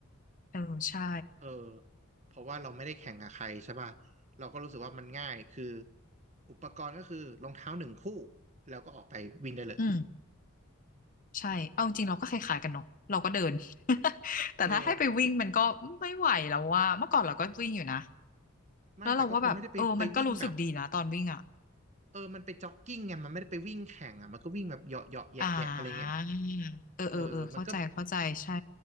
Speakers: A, on the left (about 40°); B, on the right (about 30°).
A: เออใช่
B: เออเพราะว่าเราไม่ได้แข่งกับใครใช่ป่ะเราก็รู้สึกว่ามันง่ายคืออุปกรณ์ก็คือรองเท้าหนึ่งคู่แล้วก็ออกไปวิ่งได้เลย
A: อืม ใช่ เอาจริงเราก็คล้ายๆกันเนาะเราก็เดิน <laughs> แต่ถ้าให้ไปวิ่งมันก็ไม่ไหวแล้วว่าเมื่อก่อนเราก็วิ่งอยู่นะ
B: เออไม่แต่ก็คงไม่ได้ไปไปวิ่งแบบ
A: แล้วเราว่าแบบเออมันก็รู้สึกดีนะตอนวิ่งอ่ะ
B: เออมันไปจ็อกกิ้งไงมันไม่ได้ไปวิ่งแข่งอ่ะมันก็วิ่งแบบเหยาะเหยาะแยะแยะอะไรเงี้ย
A: อ่าเออเออเออเข้าใจเข้าใจใช่
B: เออมันก็